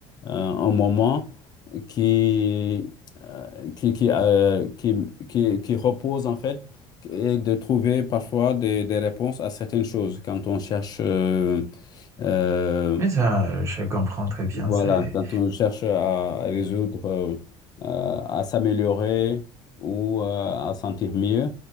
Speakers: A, on the left (about 40°); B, on the right (about 30°).
A: un moment qui, euh, qui, qui, euh, qui, qui, qui repose en fait et de trouver parfois des, des réponses à certaines choses quand on cherche euh, euh,
B: Mais ça, euh, je comprends très bien.
A: voilà,
B: C'est
A: quand on cherche à résoudre, euh, euh, à s'améliorer ou euh, à sentir mieux,